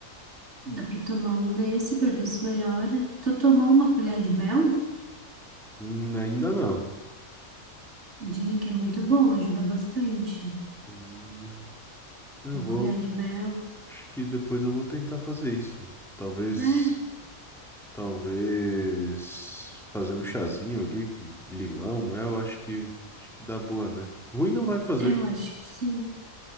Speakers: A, on the right; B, in the centre.
A: Dá pra tomar um desse pra ver se melhora. Tô tomando uma colher de mel?
B: Hum, ainda não.
A: Dizem que é muito bom, ajuda bastante.
B: Hum, eu
A: Uma
B: vou,
A: colher de mel.
B: acho que depois eu vou tentar fazer isso. Talvez,
A: É,
B: talvez fazer um chazinho ali com limão, mel, acho que, acho que dá boa, né? Ruim não vai fazer.
A: eu acho que sim.